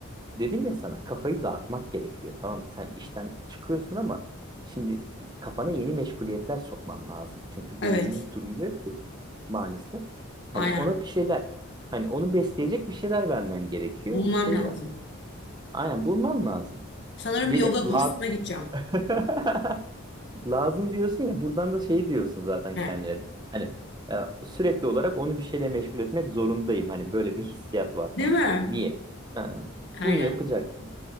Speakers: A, on the right (about 20°); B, on the left (about 55°).
A: Dedim ya sana kafayı dağıtmak gerekiyor. Tamam sen işten çıkıyorsun ama şimdi kafana yeni meşguliyetler sokman lazım. Çünkü
B: evet.
A: beynimiz durmuyor ki maalesef. Hani
B: Aynen.
A: ona bir şeyler hani onu besleyecek bir şeyler vermen gerekiyor.
B: Bulmam
A: İşte ya,
B: lazım.
A: aynen bulman lazım.
B: Sanırım
A: Bir
B: yoga
A: de
B: kursuna
A: lazım,
B: gideceğim.
A: <laughs> lazım diyorsun ya buradan da şey diyorsun zaten
B: He.
A: kendine. Hani e, sürekli olarak onu bir şeyle meşgul etmek zorundayım. Hani böyle bir hissiyat var
B: Değil
A: sanki.
B: mi?
A: Niye? Ha,
B: Aynen.
A: bunu yapacaksın.